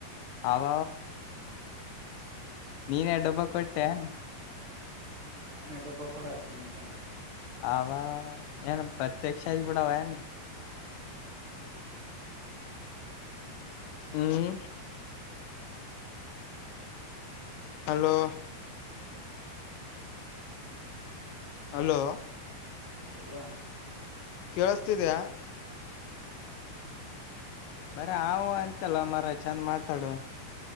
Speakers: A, on the left (about 85°); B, on the right (about 55°).
A: ಅವ ನೀನ್ ಎಡಬ್ಬ ಕೊಟ್ಟೆ
B: ಹ್ಮ ನಾನನ್ ಎಡ್ಡೊಬ್ಬ ಕೂಡ ಚೆ ಅಂತೇನೆ
A: ಅವವಾ ಏನು ಪ್ರತ್ಯಕ್ಷ ಇ ಬಿಡಾವ ಏನ್ ಹ್ಮ್ ಹಲೋ
B: <unintelligible>
A: ಹಲೋ
B: ಹಲೋ
A: ಕೇಳಸ್ತಿದ್ಯಾ
B: ಹಾ ಕೇಳಸ್ತ ಹ <inaudible>
A: ಬರ ಹವು ಅಂತಲ್ಲ ಮರ ಚಂದ ಮಾತಾಡು